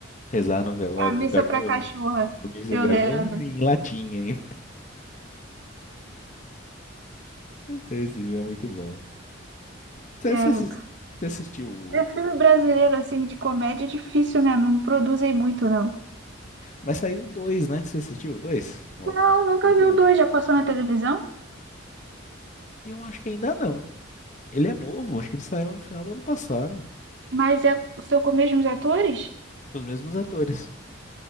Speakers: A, on the left; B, on the right.
A: rezar no velório
B: A Missa
A: do cachorro,
B: pra Cachorra,
A: do missa
B: eu
A: do
B: lembro.
A: cachorro, em latim ainda. <laughs> Esse filme é muito bom. Você,
B: É,
A: você assis- você assistiu? o-
B: é filme brasileiro, assim, de comédia é difícil, né? Não produzem muito, não.
A: Mas saiu o dois, né? Você assistiu o dois? O
B: Não,
A: Alto da
B: nunca
A: Compadecida?
B: vi o dois, já passou na televisão?
A: Eu acho que ainda não. Ele é novo, acho que ele saiu no final do ano passado,
B: Mas é, são com os mesmos atores?
A: com os mesmos atores.